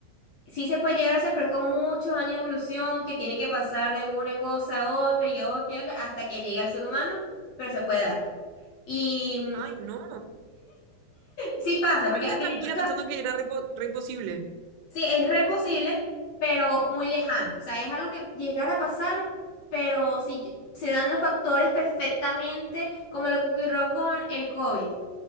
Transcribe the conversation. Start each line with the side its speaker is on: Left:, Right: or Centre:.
Left: Sí se puede llegar a hacer, pero es con muchos años de evolución que tiene que pasar de una cosa a otra y a otra y a otra, hasta que llegue al ser humano, pero se puede dar. Y mm,
Right: Ay, no.
Left: sí pasa, porque
Right: Yo vivía
Left: a fin
Right: tranquila
Left: de cuentas,
Right: pensando que era re, po- re imposible.
Left: sí, es re posible, pero muy lejano. O sea, es algo que llegar a pasar, pero si se dan los factores perfectamente, como lo que ocurrió con el COVID.